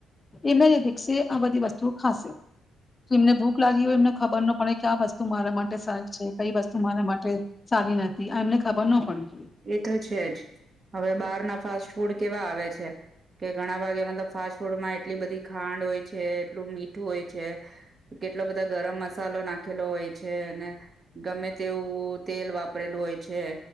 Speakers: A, on the left (about 20°); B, on the right (about 40°).
A: એના જ દ <unintelligible> બધી વસ્તુ ખાશે, એમને ભૂખ લાગી હોય એમને ખબર ન પડે ક્યા વસ્તુ મારા માટે સારી છે, કઈ વસ્તુ મારા માટે સારી નથી, આ એમને ખબર ન પડી
B: એ તો છે જ હવે બહાર ના ફાસ્ટ ફૂડ કેવા આવે છે. કે ઘણા વાગે મતલબ ફાસ્ટ ફૂડમાં એટલી બધી ખાંડ હોય છે, એટલું મીઠું હોય છે, કેટલો બધા ગરમ મસાલો નાખેલો હોય છે અને ગમે તેવું તેલ વાપરેલું હોય છે.